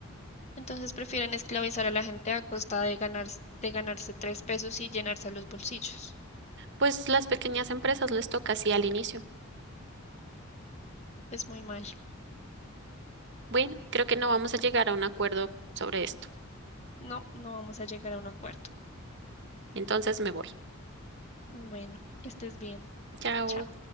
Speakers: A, on the left; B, on the right.
A: Entonces prefieren esclavizar a la gente a costa de ganar, de ganarse tres pesos y llenarse los bolsillos.
B: Pues las pequeñas empresas les toca así al inicio.
A: Pues muy mal.
B: Bueno, creo que no vamos a llegar a un acuerdo sobre esto.
A: No, no vamos a llegar a un acuerdo.
B: Entonces me voy.
A: Bueno, que estés bien.
B: Chao.
A: Chao.